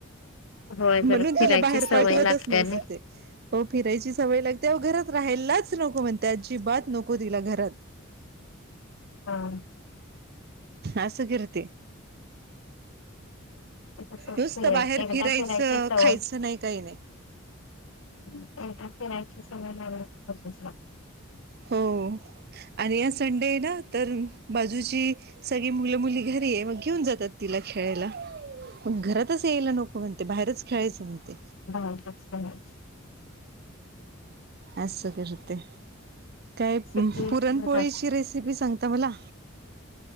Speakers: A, on the left (about 70°); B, on the right (about 50°).
A: होय
B: म्हणून
A: जरा
B: तिला
A: फिरायची
B: बाहेर
A: सवय
B: पाठवतच
A: लागते
B: नसते
A: आणि
B: हो फिरायची तेव घरात राहायलाच नको म्हणत्या अजिबात नको तिला घरात.
A: हम
B: अस करते.
A: ते कस असतंय
B: नुसतं बाहेर
A: एकदा
B: फिरायचं
A: फिरायची सवय
B: खायचं नाही काही नाही
A: एकदा फिरायची सवय लागली की तशीच लागते.
B: हो आणि आ संडे आहे ना तर बाजू जूची सगळी मुलं मुली घरी आहे मग घेऊन जातात. तिला खेळायला पण घरातच यायला नको म्हणते बाहेरच खेळायचं म्हणते.
A: बाहेरच खेळायच.
B: असं करते. काय
A: सुट्टी
B: पुरणपोळीची
A: दिवस असतो
B: रेसिपी सांगता मला.